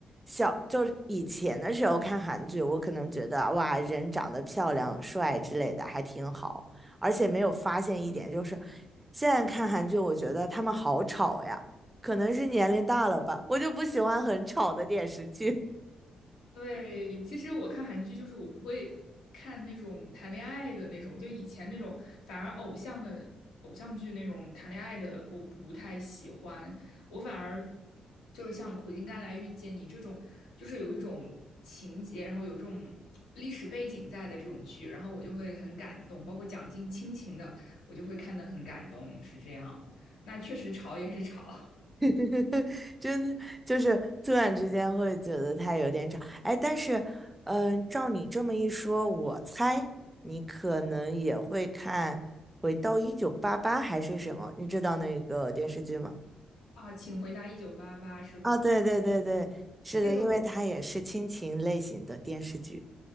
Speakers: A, on the right; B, on the left.
A: 小就是以前的时候看韩剧，我可能觉得哇，人长得漂亮、帅之类的还挺好，而且没有发现一点，就是现在看韩剧，我觉得他们好吵呀，可能是年龄大了吧，我就不喜欢很吵的电视剧。
B: 对，其实我看韩剧就是我不会看那种谈恋爱的那种，就以前那种，反而偶像的偶像剧那种谈恋爱的我不太喜欢，我反而就是像《苦尽甘来遇见你》这种，就是有一种情节，然后有这种历史背景在的这种剧，然后我就会很感动，包括讲尽亲情的，我就会看得很感动，是这样。那确实吵也是吵
A: <laughs> 真的就是突然之间会觉得它有点吵，哎，但是，嗯，照你这么一说，我猜你可能也会看《回到一九八八》还是什么？你知道那个电视剧吗？
B: <laughs> 啊，请回答一九八八是吧？
A: 啊，对对对对，是的，
B: 那个我
A: 因为它也是亲情类型的电视剧。